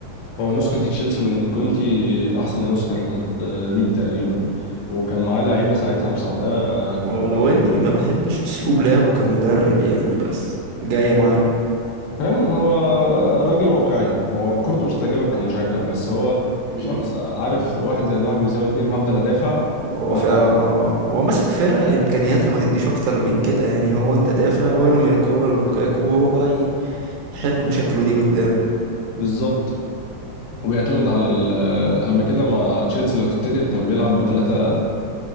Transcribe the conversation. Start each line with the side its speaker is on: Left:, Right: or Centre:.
Left: هو نسخه تشيلسي من كونتي احسن نسخه انت ليه تقريبا وكان معاه لعيبه ساعتها مساعداه كان
Right: ولو اني ما بحبش اسلوب لعبه كمدرب يعني بس جاية معاه
Left: فاهم هو راجل واقعي هو كورته مش تعجبك كمشجع بس هو
Right: مم.
Left: شخص عارف واحد زائد واحد بيساوي اتنين هفضل ادافع
Right: هو
Left: وهبقى
Right: فعلا اه هو ماسك فرقة امكانياتها ما تديش اكتر من كده يعني هو انت دافع وارمي الكرة للوكاكو وهو بقى ي- يحل مشاكله دي قدام
Left: بالظبط وبيعتمد على ال- قبل كده مع تشيلسي لو تفتكر كان بيلعب بثلاثة